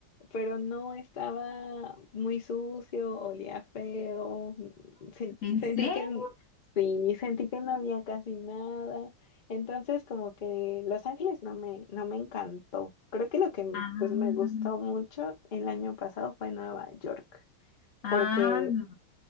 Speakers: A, on the left; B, on the left.
A: pero no estaba muy sucio, olía feo, sen-
B: ¿En
A: sentí
B: serio?
A: que, n- sí, sentí que no había casi nada. Entonces, como que Los Ángeles no me, no me encantó. Creo que lo que m-
B: Ah,
A: pues me gustó mucho el año pasado fue Nueva York,
B: ah,
A: porque,
B: no.